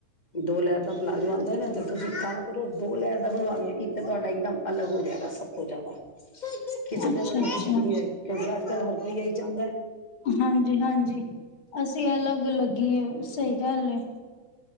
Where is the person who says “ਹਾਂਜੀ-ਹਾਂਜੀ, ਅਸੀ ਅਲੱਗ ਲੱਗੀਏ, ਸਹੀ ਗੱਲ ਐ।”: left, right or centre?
Left